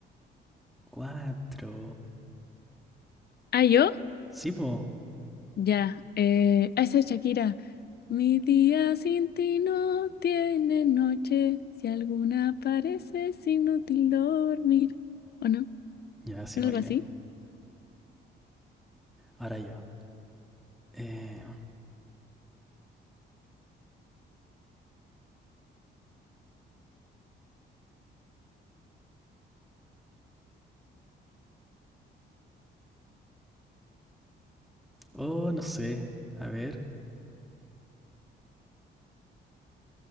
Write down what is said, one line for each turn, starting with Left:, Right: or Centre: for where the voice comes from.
Centre: cuatro
Left: ¿Ah, yo?
Centre: Sí, po.
Left: Ya. Eh, ah, esa es Shakira. Mi día sin ti no tiene noche. Si alguna parece es inútil dormir. ¿O no?
Centre: Ya, yeah, sí,
Left: ¿Algo
Centre: muy
Left: así?
Centre: bien. Ahora yo. Eh, oh, no sé. A ver.